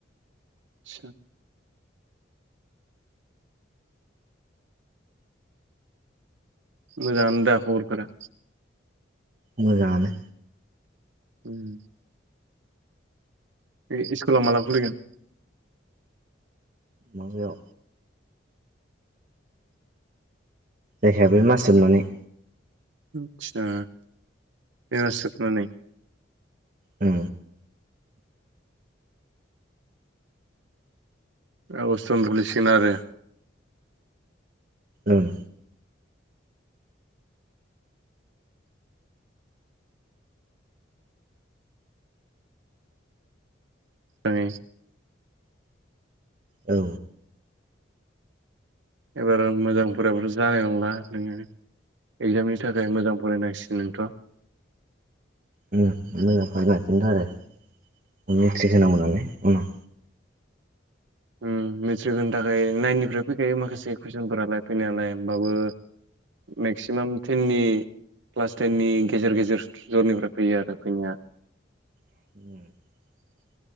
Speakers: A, on the right; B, on the right.
A: सा मोजां दा खरफोरा।
B: मोजाङानो।
A: उम ओय स्कुला माला खुलिगोन?
B: माबायाव। जायखाया बे मास जोब ननानै।
A: आदसा बे मास जोबनानै।
B: औ
A: आगष्टनिखुलि सिगोन आरो।
B: ओम
A: जोंनि
B: औ
A: एबार मोजांफोराबोथ' जानाय नंला नोङो। एगजामनि थाखाय मोजां फरायनांसिग नोंथ'।
B: ओम। मोजां फरायनांसिगोनथ' आरो आरो मेट्रिक होनांगौ नालाय उनाव।
A: ओम। मेट्रिक होनो थाखाय नाइन निफ्राय फैखायो माखासे कुइसनफोरालाय फैनायालाय होमबाबो मेक्सिमाम टेननि क्लास टेननि गेजेर गेजेर जरनिफ्राय फैयो आरो फैनाया।
B: <inaudible>